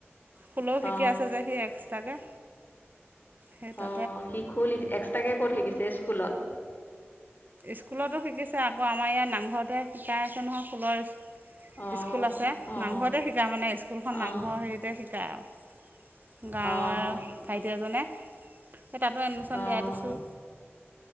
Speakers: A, on the right; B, on the left.
A: খোলো
B: অ
A: শিকি আছে যে সি এক্সট্ৰাকে। সেই তা
B: অ, সি খোল এক্সট্ৰাকে ক'ত শিকিছে স্কুলত?
A: স্কুলতো শিকিছে আকৌ আমাৰ ইয়াত নামঘৰতে শিকাই আছে নহয় ফুলৰ
B: অ
A: স্কুল আছে
B: অ
A: নামঘৰতে শিকা মানে স্কুলখন নামঘৰ
B: অ
A: হেৰিতে শিকা আৰু। গাঁৱে
B: অঁ
A: ভাইটি এজনে সেই তাতো এডমিশ্বন
B: অঁ
A: দিয়াই দিছোঁ।